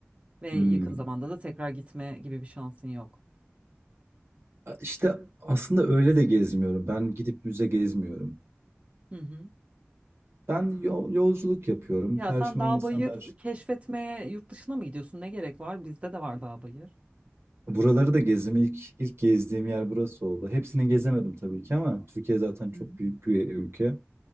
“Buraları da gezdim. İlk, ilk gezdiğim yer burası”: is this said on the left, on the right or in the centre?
Right